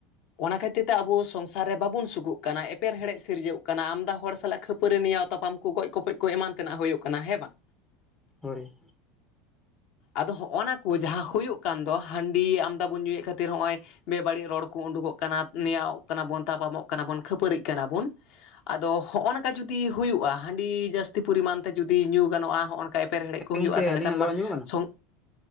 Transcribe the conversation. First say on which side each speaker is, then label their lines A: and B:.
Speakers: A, on the left; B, on the left.
A: ᱚᱱᱟ ᱠᱷᱟᱹᱛᱤᱨ ᱛᱮ ᱟᱵᱚ ᱥᱚᱝᱥᱟᱨ ᱨᱮ ᱵᱟᱵᱚᱱ ᱥᱩᱠᱩᱜ ᱠᱟᱱᱟ ᱮᱯᱮᱨ ᱦᱮᱲᱮᱰ ᱥᱤᱨᱡᱟᱹᱜ ᱠᱟᱱᱟ ᱟᱢᱫᱟ ᱦᱚᱲ ᱥᱟᱞᱟᱜ ᱠᱷᱟᱹᱯᱟᱹ ᱠᱷᱟᱹᱯᱟᱹᱨᱤ ᱱᱮᱣᱟ ᱛᱟᱯᱟᱢ ᱠᱚ ᱜᱚᱡ ᱜᱚᱯᱚᱡ ᱠᱚ ᱮᱢᱟᱱ ᱛᱮᱱᱟᱜ ᱦᱩᱭᱩᱜ ᱠᱟᱱᱟ ᱦᱮᱸ ᱵᱟᱝ
B: ᱦᱳᱭ
A: ᱟᱫᱚ ᱦᱚᱸᱜᱼᱱᱟ ᱠᱚ ᱡᱟᱦᱟᱸ ᱦᱩᱭᱩᱜ ᱠᱟᱱ ᱫᱚ ᱦᱟᱺᱰᱤ ᱟᱢᱫᱟ ᱵᱚᱱ ᱧᱩᱭᱮᱫ ᱠᱷᱟᱹᱛᱤᱨ ᱦᱚᱸᱜᱼᱚᱭ ᱵᱮᱼᱵᱟᱹᱲᱤᱡ ᱨᱚᱲ ᱠᱚ ᱩᱰᱩᱠᱚᱜ ᱠᱟᱱᱟ ᱱᱮᱣᱟ ᱠᱟᱱᱟ ᱵᱚᱱ ᱛᱟᱯᱟᱢᱚᱜ ᱠᱟᱱᱟ ᱵᱚᱱ ᱠᱷᱟᱹᱯᱟᱹᱨᱤᱜ ᱠᱟᱱᱟ ᱵᱚᱱ ᱟᱫᱚ ᱦᱚᱸᱜ ᱱᱚᱝᱠᱟ ᱡᱩᱫᱤ ᱦᱩᱭᱩᱜᱼᱟ ᱦᱟᱺᱰᱤ ᱡᱟᱹᱥᱛᱤ ᱡᱟᱹᱥᱛᱤ ᱯᱚᱨᱤᱢᱟᱱ ᱛᱮ ᱡᱩᱫᱤ ᱧᱩ ᱜᱟᱱᱚᱜᱼᱟ ᱦᱚᱸᱜ ᱱᱚᱠᱟ ᱮᱯᱮᱨ ᱦᱮᱲᱮᱫ ᱠᱚ
B: ᱜᱚᱝᱠᱮ
A: ᱦᱩᱭᱩᱜᱼᱟ ᱛᱟᱦᱚᱞᱮ
B: ᱟᱹᱞᱤᱧᱟᱜ
A: ᱠᱷᱟᱱ
B: ᱨᱚᱲ
A: ᱢᱟ
B: ᱟᱸᱡᱚᱢᱚᱜ ᱠᱟᱱᱟ?
A: ᱥᱚᱝ